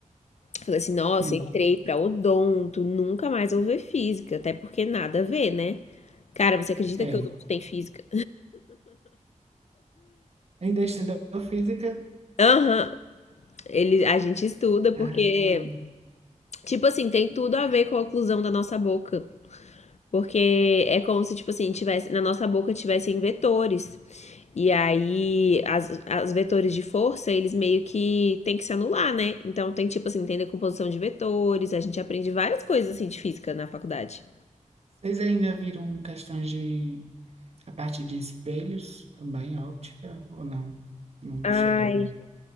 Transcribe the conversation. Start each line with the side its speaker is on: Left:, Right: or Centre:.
Left: Falei assim, nossa,
Right: hum,
Left: entrei pra odonto, nunca mais vou ver física, até porque nada a ver, né? Cara, você acredita
Right: é.
Left: que odonto tem física?
Right: Ainda estudou física?
Left: Aham. Ele, a gente estuda porque
Right: Ai, meu Deus.
Left: Tipo assim, tem tudo a ver com a oclusão da nossa boca. Porque é como se, tipo assim, tivesse, na nossa boca tivessem vetores. E aí, as, as vetores de força, eles meio que tem que se anular, né? Então tem, tipo assim, tem decomposição de vetores, a gente aprende várias coisas assim de física na faculdade.
Right: vocês ainda viram questões de a parte de espelhos também, óptica, ou não? Não
Left: Ai.
Right: chega a ver.